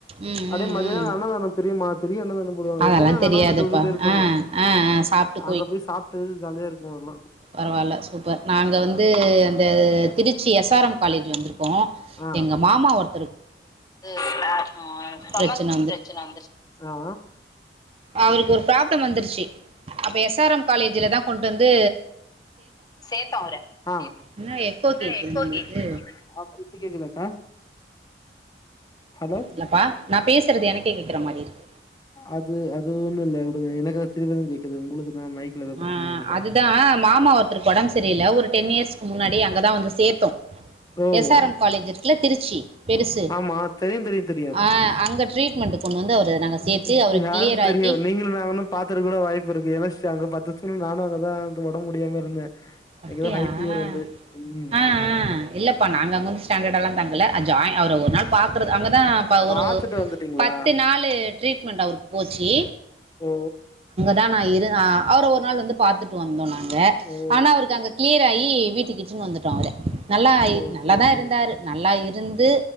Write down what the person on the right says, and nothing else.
ம்
ம்
ம்
அதெல்லாம்
தெரியாதுப்பா
ஆ ஆ ஆ சாப்பிட்டு
பரவால்ல சூப்பர் நாங்க வந்து அந்த Trichy S R M college வந்துரு க்கோ
எங்க மாமா ஒரு
பிரச்சனை
அவுருக்கு ஒரு பிராப்ளம் வந்திருச்சி அப்ப எஸ் ஆர் எம் காலேஜ்லதா கொண்டு வந் து
என்ன எக்கோ கேட்குது
நம்மளுக்கு
இல்லப்பா நாப் பேசறது எனக்கே கேக்குற மாரி இருக்
ஆ அ
அதுதா மாமா ஒருத்தருக்கு ஒடம்பு சரியில்ல ஒரு டென் இயர்ஸ் முன்னாடி அங்கதா வந்துஸ் சேத்தோ
எஸ்ஆர்எம் காலேஜ் இருக்குல திருச்சி பெருசு
ஆ அங்க ட்ரீட்மெண்ட்டு கொண்டு வந்து அவர நாங்க
சேத்து
அவர
கிளியர்
ஆக்கி
அப்பிடியா
ஆ
அ இல்லப்பா நாங்க அங்க வந்து ஸ்டாண்டடாலா தங்கல ஜாயின் அவர ஒரு நாள் பாக்கறது அங்க தா ப
ஒரு ஒரு
பத்து நாலு ட்ரீட்மெண்ட் அவுருக்கு போச்சி
தா நா இரு ஆ அவர ஒரு நாள் வந்து பாத்துட்டு வந்தோ நாங்க
ஆனா
அவுரு அங்க
கிளியர் ஆகி வீட் திகிட்டுன்னு வந்துட்டோ அவுர நல்லா ஆயி
நல்லாதா
இருந்தாரு நல்லா இ இருந்து